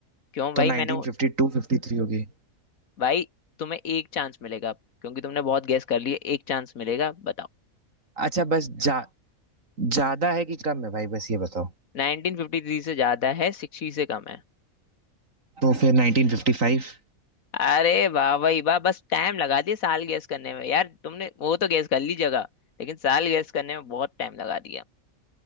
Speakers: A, on the left (about 80°); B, on the right (about 70°).
A: क्यों
B: तो
A: भाई
B: nineteen
A: मैंने वो-
B: fifty to fifty three होगी
A: भाई तुम्हें एक चांस मिलेगा क्योंकि तुमने बहुत गैस कर लिए एक चांस मिलेगा बताओ
B: अच्छा बस जा ज़्यादा है कि कम है भाई बस ये बताओ
A: 1953 से ज्यादा है 60 से कम है
B: तो फिर नाइनटीन फिफ्टी फाइव
A: अरे वाह भाई वाह बस टाइम लगा दिया साल गैस करने में यार तुमने वो तो गैस कर ली जगह लेकिन साल गैस करने में बहुत टाइम लगा दिया